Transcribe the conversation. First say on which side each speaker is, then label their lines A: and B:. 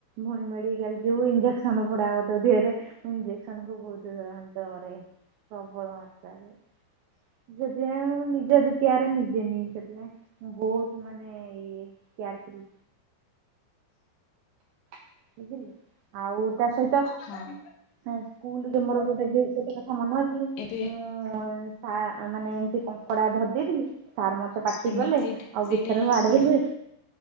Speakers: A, on the right; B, on the left.
A: ଫୁଣୀ ମେଡିକାଲ ଯିବୁ ଇଞ୍ଜେ ସନ ଫୋଡାହବ ତୋ ଦେହରେ ମୁ ଇଞ୍ଜେକ୍ସନ୍ କୁ ବହୁତ୍ ଡରେ ପ୍ରବଳ ମାତ୍ରରେ ସେଥିପାଇ ମୁ ନିଜ କେୟାର ନିଜେ ନିଏ ସେଥିପାଇଁ ବହୁତ ମାନେ ଇଏ ମାନେ କେୟାରଫୁଲ। ବୁଝିଲ ଆଉ। ତା ସହିତ
B: ହଁ।
A: ସ୍କୁଲରେ ମୋର ଗୋଟେ ଗୋଟେ କଥା ମନେ ଅଛି
B: ଏବେ
A: ମୁଁ ସା ମାନେ ଏମତି କଣ ପଢ଼ା ଧରିଦେଇଥିଲି। ସାର୍ ମତେ ପାଟି
B: ସେମିତି
A: କଲେ ଆଉ
B: ସେଇଟା
A: ଭିତରେ
B: ହିଁ
A: ଆଡେଇଲେ
B: ଭଲ